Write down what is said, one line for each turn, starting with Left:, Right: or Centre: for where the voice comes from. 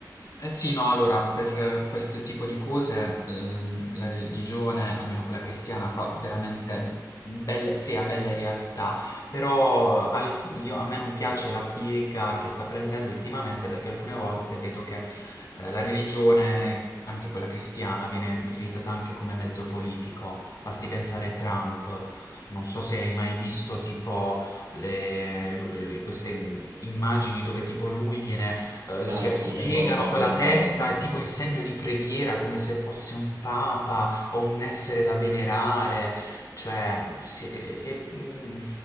Left: Eh sì, no, allora, per questo tipo di cose, ehm, la religione, almeno quella cristiana, fa veramente belle, crea belle realtà, però al- io- a me non piace la piega che sta prendendo ultimamente perché alcune volte vedo che eh, la religione, anche quella cristiana, viene utilizzata anche come mezzo politico. Basti pensare a Trump. Non so se hai mai visto tipo le- lu- le- queste mm, immagini dove tipo lui viene eh, si,
Right: Ah, si photoshoppa
Left: si piegano con
Right: come
Left: la
Right: il
Left: testa,
Right: Papa.
Left: è tipo in segno di preghiera, come se fosse un papa o un essere da venerare, cioè... si- e- e- mm,